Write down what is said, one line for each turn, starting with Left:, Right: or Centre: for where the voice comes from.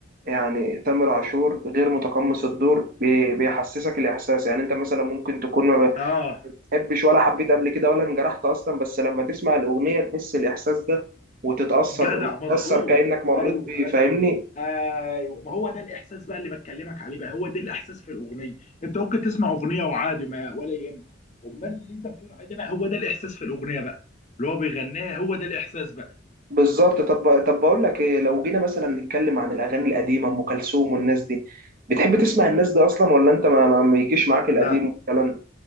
Right: يعني تامر عاشور غير متقمص الدور بي- بيحسسك الاحساس يعني انت مثلا ممكن تكون ما
Left: اه
Right: بتحبش ولا حبيت قبل كده ولا انجرحت اصلا بس لما تسمع الاغنية تحس الاحساس ده وتتأثر
Left: جدع مظبوط
Right: وتتأثر كأنك مريت
Left: ايوه
Right: بيه فاهمني
Left: ايوه ايوه ما هو ده الاحساس بقى اللي بكلمك عليه بقى هو ده الاحساس في الاغنيه انت ممكن تسمع اغنيه وعادي ما ولا يهم امال اللي انت بتقول عليه ده بقى هو ده الاحساس في الاغنيه بقى اللي هو بيغنيها هو ده الاحساس بقى
Right: بالظبط طب طب بقول لك ايه لو جينا مثلا نتكلم عن الاغاني القديمه ام كلثوم والناس دي بتحب تسمع الناس دي اصلا ولا انت ما, ما ما يجيش معاك القديم
Left: لا
Right: والكلام ده؟